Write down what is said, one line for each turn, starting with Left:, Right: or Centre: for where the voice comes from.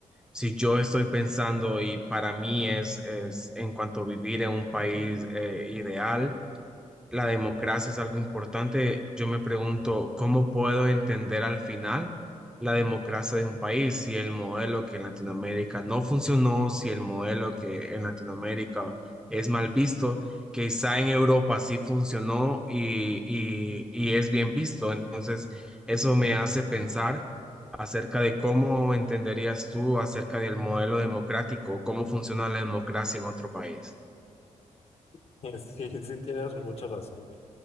Centre: Si yo estoy pensando y para mí es, es en cuanto a vivir en un país eh, ideal, la democracia es algo importante, yo me pregunto, ¿cómo puedo entender al final la democracia de un país? Si el modelo que en Latinoamérica no funcionó, si el modelo que en Latinoamérica es mal visto, quizá en Europa sí funcionó y, y, y es bien visto. Entonces, eso me hace pensar acerca de cómo entenderías tú acerca del modelo democrático, cómo funciona la democracia en otro país.
Left: <laughs> Sí, sí, tienes mucha razón.